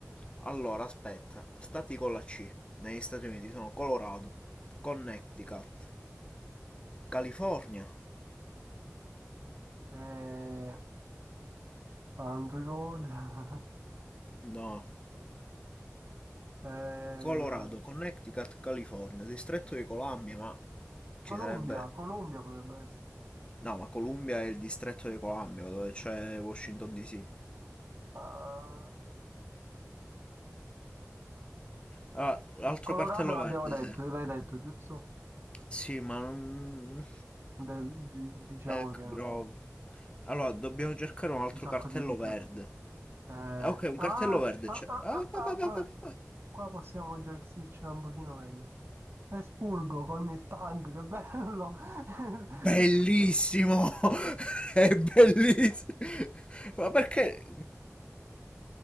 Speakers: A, on the left (about 20°); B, on the right (about 50°).
A: Allora, aspetta, stati con la C negli Stati Uniti sono Colorado, Connecticut, California.
B: eh, Country Road, <laughs>
A: No,
B: Eh,
A: Colorado, Connecticut, California, distretto di Columbia, ma ci
B: Colombia,
A: sarebbe...
B: Colombia potrebbe essere.
A: No, ma Columbia è il distretto di Columbia, dove c'è Washington DC.
B: Ah,
A: Allora, l'altro
B: Colorado
A: cartello
B: l'abbiamo
A: verde
B: detto,
A: serve.
B: l'hai detto, giusto?
A: Sì, ma non...
B: De- di- diciamo
A: Elk
B: che no.
A: Grove. Allora, dobbiamo cercare un altro
B: Un sacco
A: cartello
B: di pica.
A: verde.
B: Eh, ah,
A: Ah, ok, un
B: ah,
A: cartello verde
B: ah,
A: c'è. Ah,
B: ah,
A: va,
B: ah,
A: va, va,
B: qua,
A: va, va.
B: qua possiamo già gestircela un pochino meglio. Esburgo con il tank, che bello! <laughs>
A: Bellissimo!
B: Il tank.
A: <laughs> È bellissimo! Ma perché?